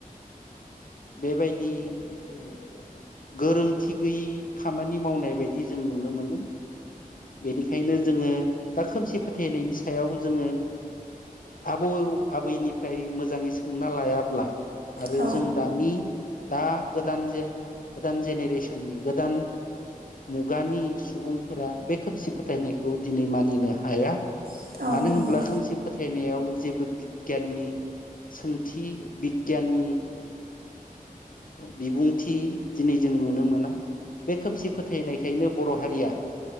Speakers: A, on the left; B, on the right.
A: बेबायदि ओ गोरोंथि गैयि खामानि मावनाय बादि जों नुनो मोनो बेनिखायनो जोङो दा खोमसि फोथायनायनि सायाव जोङो आबौ आबैनिफ्राय मोजाङै सोंना लायाब्ला आरो
B: औ
A: जों दानि दा गोदान जेनेरेसननि गोदान मुगानि सुबुंफोरा बे खोमसि फोथायनायखौ दिनै मानिनो हाया
B: औ औ नंगौ औ
A: मानो
B: नंगौ औ नंगौ
A: होनब्ला खोमसि फोथायनायाव जेबो बिगियाननि सोंथि बिगियाननि बिबुंथि दिनै जों नुनो मोना बे खोमसि फोथायनायखायनो बर' हारिया